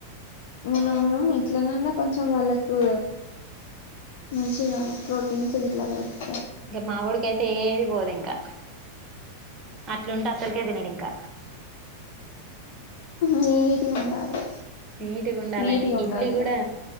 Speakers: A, on the left (about 50°); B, on the right (about 20°).
A: మనము ఇట్ల నన్నా కొంచెం వాళ్ళకు మంచిగా ప్రో టిన్స్ ఇట్లా పె
B: ఇంకా మా వొడికైతే ఏది పోదు ఇంకా అట్లుంటే అసలుకే తినడు ఇంకా
A: నీటుగా ఉండాలి
B: నీటుగా ఉండాలి
A: నీటి
B: ఆయనకి
A: ఉండాలి
B: ఇడ్లీ కూడా